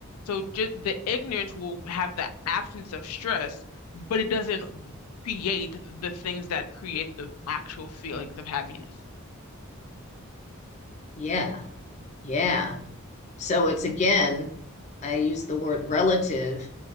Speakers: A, on the left; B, on the left.
A: So just the ignorance will have the absence of stress, but it doesn't create the things that create the actual feelings of happiness.
B: yeah, yeah. So it's again, I use the word relative